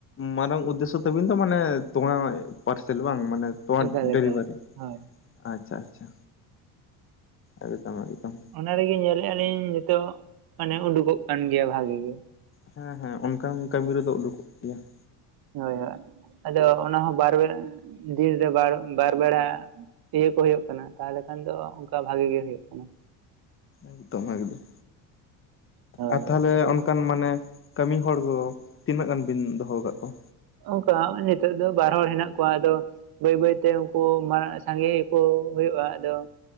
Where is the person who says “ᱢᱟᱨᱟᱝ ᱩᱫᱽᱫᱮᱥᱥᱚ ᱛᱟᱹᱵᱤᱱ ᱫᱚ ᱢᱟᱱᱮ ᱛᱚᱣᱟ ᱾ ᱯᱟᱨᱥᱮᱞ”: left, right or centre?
Left